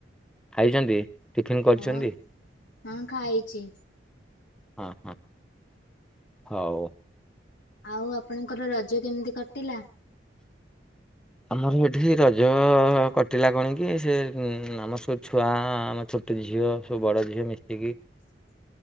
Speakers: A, in the centre; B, on the left.
A: ଖାଇଛନ୍ତି? ଟିଫନ୍ କରିଛନ୍ତି?
B: ହଁ ହଁ ଖାଇଛି।
A: ହଁ ହ ହଉ।
B: ଆଉ ଆପଣଙ୍କର ରଜ କେମିତି କଟିଲା?
A: ଆମର ଏଠି ସେଇ ରଜ କଟିଲା କଣ କି ସେ ଆମର ସବୁ ଛୁଆ ଆମଛ ଟେ ଝିଅ ସବୁ ବଡ ଝିଅ ମିଶିକି
B: <inaudible>